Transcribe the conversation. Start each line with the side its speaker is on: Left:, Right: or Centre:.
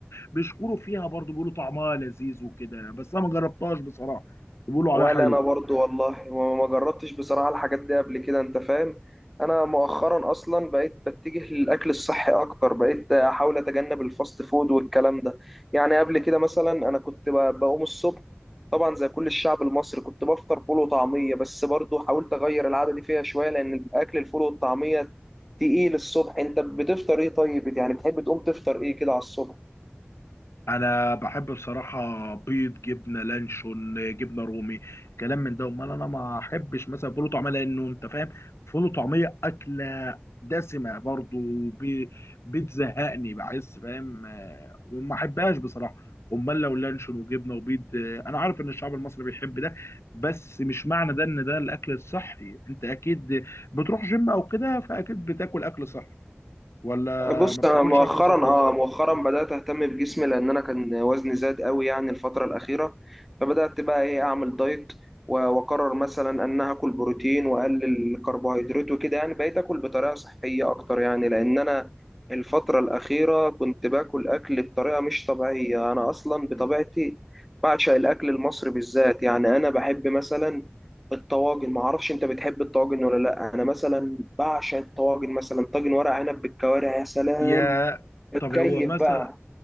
Left: بيشكروا فيها برضو بيقولوا طعمها لذيذ وكده بس انا ما جربتهاش بصراحه بيقولوا
Centre: ولا
Left: عليها حلو
Centre: انا برضو والله وما جربتش بصراحة الحاجات دي قبل كده انت فاهم انا مؤخرا اصلا بقيت بتجه للاكل الصحي اكتر بقيت احاول اتجنب الفاست فود والكلام ده يعني قبل كده مثلا انا كنت ب- بقوم الصبح طبعا زي كل الشعب المصري كنت بفطر فول وطعمية بس برضو حاولت اغير العادة دي فيها شوية لان اكل الفول والطعمية تقيل الصبح انت بتفطر ايه طيب يعني بتحب تقوم تفطر ايه كده على الصبح
Left: انا بحب بصراحه بيض جبنه لانشون جبنه رومي كلام من ده امال انا ما احبش مثلا فول وطعميه لانه انت فاهم فول وطعميه اكله دسمه برضو بي- بتزهقني بحس فاهم آه، وما احبهاش بصراحه امال لو لانشون وجبنه وبيض آه، انا عارف ان الشعب المصري بيحب ده بس مش معنى ده ان ده الاكل الصحي انت اكيد بتروح جيم او كده فاكيد بتاكل اكل صحي ولا
Centre: بص
Left: ما بتاكلش
Centre: انا مؤخرا
Left: اكل صحي
Centre: اه مؤخرا بدات اهتم بجسمي لان انا كان وزني زاد قوي يعني الفتره الاخيره فبدات بقى ايه اعمل دايت و- واقرر مثلا ان أنا هاكل بروتين واقلل الكربوهيدرات وكده يعني بقيت اكل بطريقه صحيه اكتر يعني لان انا الفتره الاخيره كنت باكل اكل بطريقه مش طبيعيه انا اصلا بطبيعتي
Left: مم.
Centre: بعشق الاكل المصري بالذات يعني انا بحب مثلا الطواجن ما اعرفش انت بتحب الطواجن ولا لا انا مثلا بعشق الطواجن مثلا طاجن ورق عنب بالكوارع يا سلام
Left: يا
Centre: بتكيف
Left: طب هو مثلا
Centre: بقى